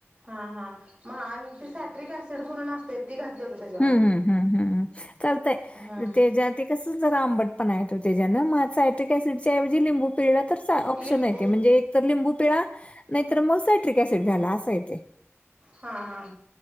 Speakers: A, on the right; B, on the left.
A: हा... हा. मग अन ती सॅट्रिक ऍसिड म्हणून असतंय ती घातली होती त्याच्यात
B: हुं.. हुं.. हुंहुं चालतंय
A: हा
B: ते ज्या <unintelligible> कसं जरा आंबटपणा येतो त्याच्यानं, मग सायट्रिक ॲसिड च्याऐवजी लिंबू पिळला तर ऑप्शन
A: लिंबू
B: एक है, म्हणजे एक तर लिंबू पिळा नाहीतर मग, सायट्रिक ऍसिड घाला असं ए ते
A: हा हा